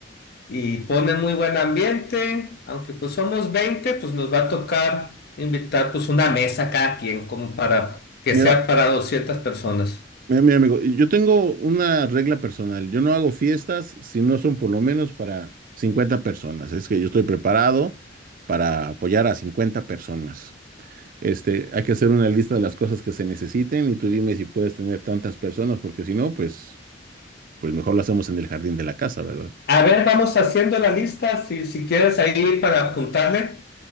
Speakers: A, on the left; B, on the right.
A: Y pone muy buen ambiente, aunque pues somos 20 pues nos va a tocar invitar pues una mesa cada quien, como para que
B: Mira,
A: sea para 200 personas.
B: Mira, mi amigo, yo tengo una regla personal. Yo no hago fiestas si no son por lo menos para 50 personas. Es que yo estoy preparado para apoyar a 50 personas. Este, hay que hacer una lista de las cosas que se necesiten y tú dime si puedes tener tantas personas, porque si no, pues, pues mejor lo hacemos en el jardín de la casa, ¿verdad?
A: A ver, vamos haciendo la lista, si, si quieres ahí para apuntarle.